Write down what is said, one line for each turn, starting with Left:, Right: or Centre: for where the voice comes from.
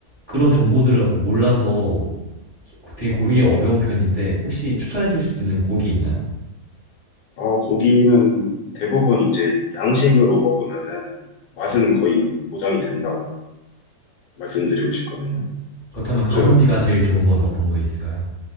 Right: 그런 정보들을 몰라서 되게 고르기 어려운 편인데 혹시 추천해 주실 수 있는 고기 있나요?
Left: 어, 고기는 대부분 이제 양식으로 먹으면은 맛은 거의 보장이 된다고 말씀드리고 싶거든요.
Right: 그렇다면
Left: 이제 그
Right: 가성비가 제일 좋은 건
Left: 네,
Right: 어떤 거 있을까요?